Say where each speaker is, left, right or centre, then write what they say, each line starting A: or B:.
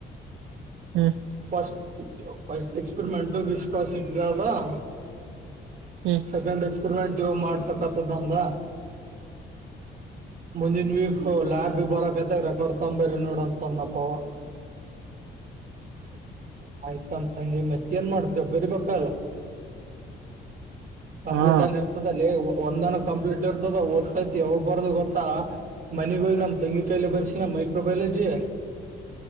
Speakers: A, on the right; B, on the right.
A: ಹ್ಮ್
B: ಫಸ್ಟ್ ಫಸ್ಟ್ ಎಕ್ಸ್ಪೆರಿಮೆಂಟ್ ವಿಶ್ವಾಸ ಇ <unintelligible>
A: ಹ್ಮ್
B: ಸೆಕೆಂಡ್ ಎಕ್ಸ್ಪೆರಿಮೆಂಟ್ ಇವ ಮಾಡ್ಸಕ್ ಆತದ ಅನ್ದ ಮುಂದಿನ ವೀಕ್ ಲ್ಯಾಬ್ ಬರಕತೆ ರೆಕಾರ್ಡ್ ತೊಂಬ್ರಿ ನೋಡಂತ ತಂದ್ಪ್ಪವ <unintelligible> ಆಯ್ತ ಅಂತ ನೀ ಮಚ್ಚ ಏನ್ ಮಾಡ್ತೇವೆ ಬರಿಬೇಕಲ್ಲ ಕಂಪ್ಲೀಟ್
A: ಹಾ
B: ಆಗ ಇರ್ತದ ಅಲ್ಲಿ ಒಂದ್ನ ಕಂಪ್ಲೀಟ್ ಇರ್ತದ ಓದ್ತೈತಿ ಯಾವಾಗ ಬರದು ಗೊತ್ತಾ ಮನಿಗೋಗಿ ನಮ್ ತಂಗಿ ಕಾಯಯಲಿ ಬರ್ಸಿ ನಮ <unintelligible>